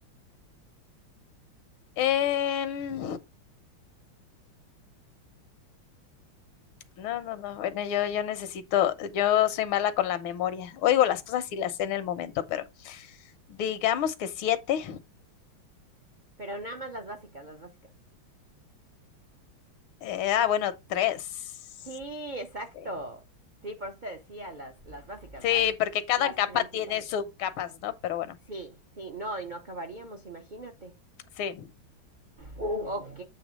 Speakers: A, on the left; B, on the right.
A: Em, No, no, no. Bueno, yo, yo necesito, yo soy mala con la memoria. Oigo las cosas y las sé en el momento, pero digamos que siete.
B: Pero nada más las básicas, las básicas.
A: Eh, ah, bueno, tres.
B: Sí, exacto.
A: Sí.
B: Sí, por eso te decía, las, las básicas,
A: Sí,
B: las,
A: porque cada
B: las
A: capa
B: principales.
A: tiene subcapas, ¿no? Pero bueno,
B: Sí, sí, no, y no acabaríamos, imagínate.
A: sí,
B: Ok,